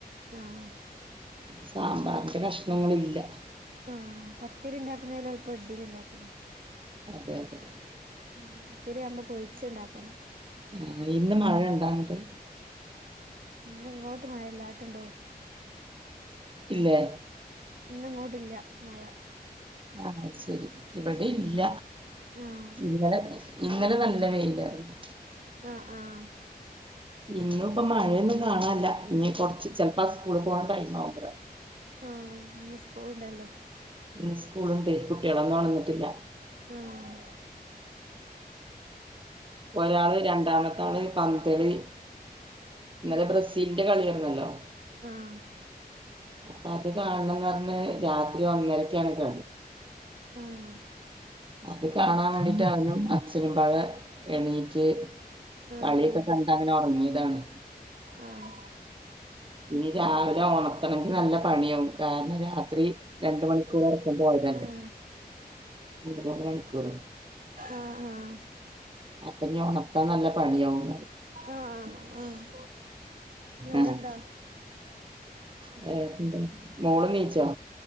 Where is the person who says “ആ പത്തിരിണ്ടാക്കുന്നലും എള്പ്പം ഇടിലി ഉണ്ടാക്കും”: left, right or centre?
Right